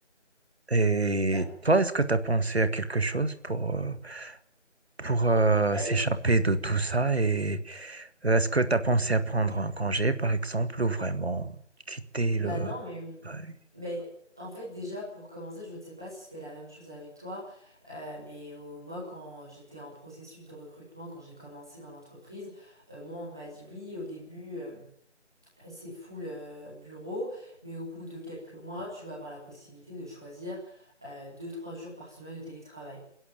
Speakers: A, on the right; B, in the centre.
A: Et
B: bah,
A: toi, est-ce que tu as pensé à quelque chose pour, euh, pour euh,
B: bah,
A: s'échapper
B: écoute,
A: de tout ça? Et euh, est-ce que tu as pensé à prendre un congé, par exemple, ou vraiment quitter
B: bah
A: le...
B: non, mais,
A: ouais.
B: mais en fait déjà pour commencer, je ne sais pas si c'était la même chose avec toi, euh, mais euh, moi quand j'étais en processus de recrutement, quand j'ai commencé dans l'entreprise, euh, moi on m'a dit oui au début. euh, euh, c'est full euh, bureau, mais au bout de quelques mois, tu vas avoir la possibilité de choisir euh, deux, trois jours par semaine de télétravail.